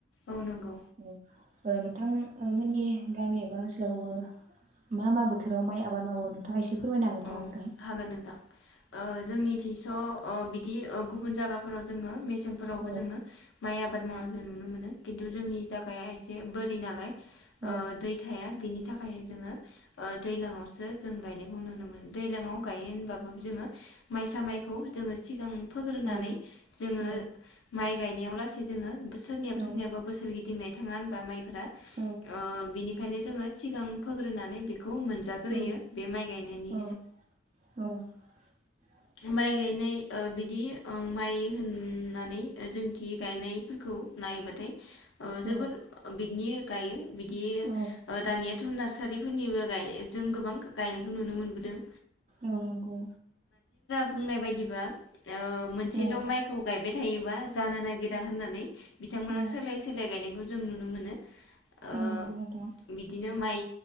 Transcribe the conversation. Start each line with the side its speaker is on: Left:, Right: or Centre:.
Left: औ नंगौ
Right: उम। ओ नोंथां ओ मोननि गामि एबा ‌ओनसो लावबो मा मा बोथोराव माइ आबाद मावो नोंथां‌ एसे फोरमायनो हागोन नामा
Left: औ
Right: नोंथां?
Left: हागोन नोंथां ओ जोंनि थिस' ओ बिदि ओ गुबुन जायगाफोराव जोङो मेस सें फोरावबो
Right: औ
Left: जोङो माइ आबाद मावनाय जों नुनो मोनो किन्थु जोंनि जागाया एसे बोरि नालाय ओ
Right: औ
Left: दै थाया बिनि थाखाय जोङो ओ दैलांआवसो जों गायनायखौ नुनो मोनो। दैलांआव गायो होनबाबोब जोंङो माइ सामाइखौ जोंङो‌ सिगां फोग्रोनानै
Right: औ
Left: जोङो
Right: औ
Left: माइ गायनायाव लासै जोङो सोरनियाबा
Right: औ नंगौ
Left: सोरनियाबा बोसोर गिदिंनाय थाङा होनबा माइफोरा।
Right: औ
Left: ओ बिनिखायनो जोङो सिगां फोग्रोनानै बे खौ मोनजाग्रोयो
Right: औ
Left: बे माइ गायनायनि
Right: औ।
Left: माइ गायनाय ओ बिदि ओ माइ होननानै जोंदि गायनायफोरखौ नायबाथाय ओ
Right: औ
Left: जोबोर बिनि गायो। बिदि
Right: औ
Left: दानियाथ' नार्सा रिफोरनिबो गायो, जों गोबां गायनायखौ नुनो मोनदों।
Right: औ नंगौ।
Left: बुंनाय बायदिबा ओ मोनसेल'
Right: औ
Left: माइखौ गायबाय थायोबा जानो नागिरा होननानै बिथांमोना
Right: औ
Left: सोलाय सोलाय गायनायखौ जों नुनो मोनो। ओ
Right: औ नंगौ नोंथाङा
Left: बिदिनो माइ